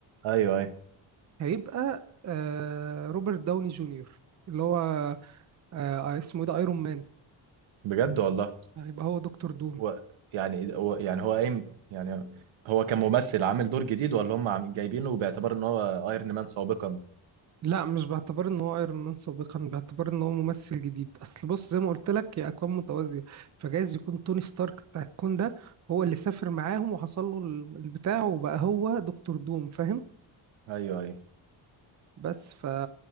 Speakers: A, on the right (about 85°); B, on the right (about 35°).
A: ايوه ايوه
B: هيبقى آه روبرت داوني جونيور اللي هو آه آه، اسمه ايه ده ايرون مان
A: بجد والله
B: هيبقى هو دكتور دوم
A: هو يعني هو يعني هو قايم يعني هو كممثل عامل دور جديد ولا هم عم- جايبينه باعتبار ان هو ايرون مان سابقا
B: لا مش باعتبار ان هو ايرون مان سابقا باعتبار ان هو ممثل جديد اصل بص زي ما قلت لك هي اكوان متوازية فجايز يكون توني ستارك بتاع الكون ده هو اللي سافر معاهم وحصل له ال- البتاع وبقى هو دكتور دوم فاهم
A: ايوه ايوه
B: بس ف